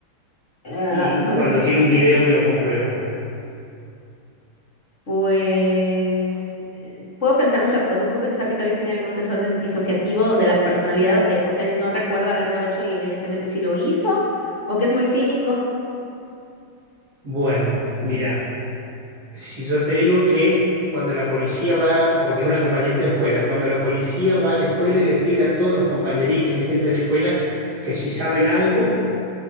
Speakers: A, on the left; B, on the right.
A: Eh,
B: Y
A: <laughs>
B: cuando tiene un video que lo comprueba.
A: Pues eh, puedo pensar muchas cosas. Puedo pensar que tal vez tiene algún desorden disociativo de la personalidad donde pues él no recuerda haberlo hecho y evidentemente sí lo hizo, o que es muy cínico.
B: Bueno, mira. Si yo te digo que cuando la policía va, porque es una compañerita de escuela, cuando la policía va a la escuela y le pide a todos los compañeritos y gente de la escuela que si saben algo,